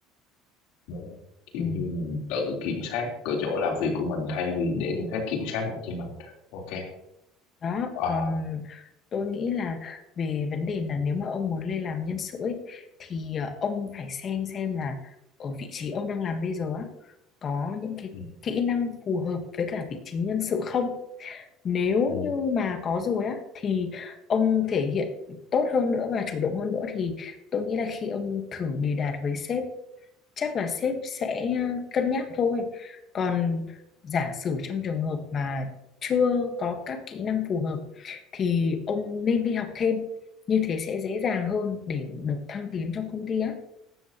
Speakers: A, on the left (about 70°); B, on the left (about 25°).
A: đúng rồi kiểu
B: ừ.
A: như mình tự kiểm soát cái chỗ làm việc của mình thay vì để người khác kiểm soát lại cho mình ok
B: đó
A: ờ
B: còn tôi nghĩ là về vấn đề là nếu mà ông muốn lên làm nhân sự ấy, thì ờ, ông phải xem xem là ở vị trí ông đang làm bây giờ á, có những cái
A: ừ.
B: kỹ năng phù hợp với cả vị trí nhân sự không nếu
A: ừ.
B: như mà có rồi á thì ông thể hiện tốt hơn nữa và chủ động hơn nữa thì tôi nghĩ là khi ông thử đề đạt với sếp chắc là sếp sẽ ờ, cân nhắc thôi. Còn giả sử trong trường hợp mà chưa có các kỹ năng phù hợp thì ông nên đi học thêm. Như thế sẽ dễ dàng hơn để được thăng tiến trong công ty á.